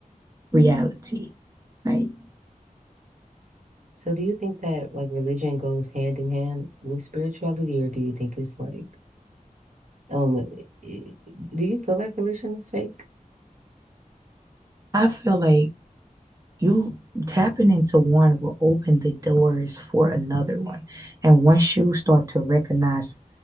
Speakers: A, on the right; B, on the right.
A: reality. Like
B: so do you think that like religion goes hand in hand with spirituality or do you think it's like um i- i- do you feel like religion is fake
A: I feel like you tapping into one will open the doors for another one. And once you start to recognize